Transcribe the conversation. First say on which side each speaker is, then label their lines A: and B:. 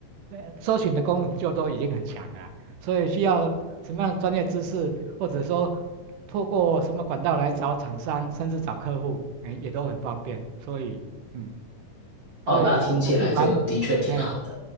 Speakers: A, on the right; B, on the right.
A: 对，搜寻的功能就都已经很强了啊，所以需要什么样的专业知识，或者说透过什么管道来找厂商，甚至找客户，哎，也都很方便。所以，嗯，
B: 哦，
A: 所以我是蛮，
B: 那听起来就的确挺好的，
A: 哎，